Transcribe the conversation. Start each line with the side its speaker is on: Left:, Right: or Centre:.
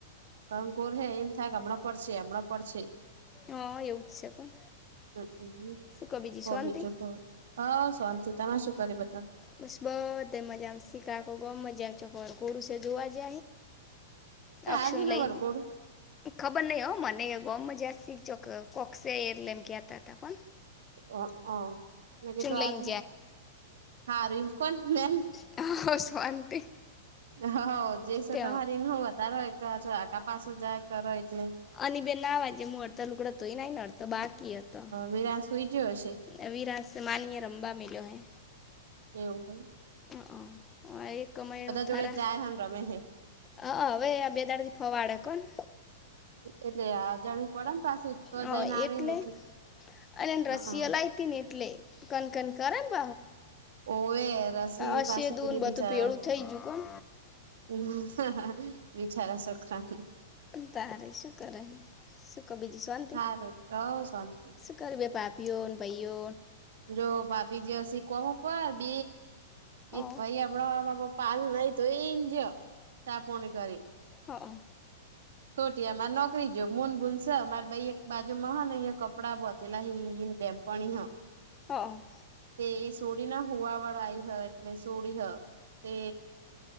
Right: કણ ઘોર હે એમ થાય કે હમણાં પડ છે હમણાં પર છે.
Left: હા એવું જ છે પણ
Right: હમ
Left: શું કો બીજી
Right: હો
Left: શાંતિ?
Right: બીજું હ હ સોંતિ તમે શું કર બધા?
Left: બસ બધે મજામાં શીખાકો ગ મજા ચોકર ઘોડુંસે જોવા જ અક્ષન
Right: આજે ન
Left: લઈ
Right: વરઘોડું
Left: ખબર નહિ હો મને ગમ જ શીખો કોકસે એટલે એમ કહેતા હતા પણ
Right: <unintelligible>
Left: લઈને
Right: હા રૂમ કોણ મે
Left: જ્યા શાંતિ
Right: હ જેસ
Left: તે
Right: તમારી નતાારો ચો આકા પાસો જાય કરો એટલે.
Left: અને બે નાવાજે હું અડ તો લુકડતો તોય ન ન અડતો બાર ક તો
Right: વિરાન સુઈ ગયો હશે
Left: અભી રા માય રમબા મલો્યો હૈ.
Right: એવું હોય.
Left: હ હ એ કમાયણ
Right: જોડે
Left: થારા
Right: જાય હન રમે હે
Left: હ હવે આ બે દાડ થી ફવાડે કો ને.
Right: એટલે આજણી પડે ને પાછું. તો
Left: હ
Right: જઈને આવી
Left: એટલે
Right: ને
Left: અને એ રસીયા
Right: હઅ
Left: લઈતી ને એટલે કનકન કરે બ
Right: ઓવે રસી
Left: અસેદું
Right: પાછી પીલી
Left: ને બધું
Right: બિચારા.
Left: ભેળું થઈ ગયું કોન
Right: હમ બચારા સકરાંત
Left: તારે શું કરે શું ક બીજી શવાંતિ.
Right: હારું હવ શાંતિ
Left: ઘર બે પાપીઓ ભાઈઓ
Right: રો ભાભીજી હસી કોમ ઉપર બ એક
Left: અ
Right: ભાઈ આપણા પાલ નઈ તો એ જ ચાપણી કરી.
Left: હા.
Right: તોટીમારે નોકરી જો મૂન બૂનશે અમારે ભાઈ એક બાજુ મહા અહિયાં કપડાં બ જેલા હ બેમ્પણી હ
Left: હ.
Right: તે એ સોડી ના હોવા વાળા આય હ એટલે સોડી હ તે